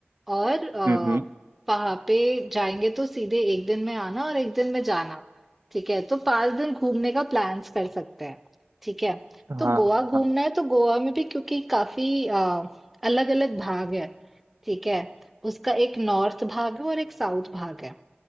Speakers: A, in the centre; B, on the right.
A: और अ,
B: हम्म हम्म,
A: वहाँ पे जाएंगे तो सीधे एक दिन में आना और एक दिन में जाना। ठीक है। तो 5 दिन घूमने का प्लान्स कर सकते हैं। ठीक है।
B: हाँ
A: तो गोवा घूमना
B: हाँ
A: है तो गोवा में भी क्योंकि काफी अलग-अलग भाग है। ठीक है। उसका एक नॉर्थ भाग है और एक साउथ भाग है।